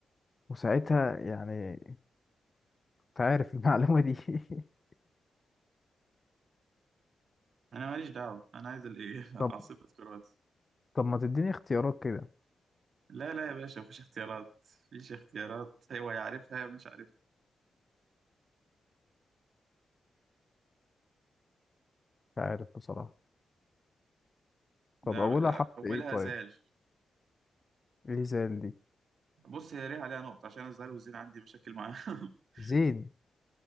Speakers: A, on the left (about 25°); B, on the right (about 60°).
A: وساعتها يعني أنت عارف المعلومة دي <laughs>
B: انا ماليش دعوه انا عايز الايه
A: طب
B: <laughs> عاصمه كرواتيا
A: طب ما تديني اختيارات كده
B: لا لا يا باشا مفيش اختيارات مفيش اختيارات هو يعرفها مش عارفها
A: مش عارف بصراحة
B: لا
A: طب أولها
B: لا
A: حرف
B: اولها
A: إيه طيب؟
B: زال
A: إيه زي دي
B: بص هي ليها عليها نقطة عشان أنا الزهر والزين عندي مشاكل معاهم <laughs>
A: زين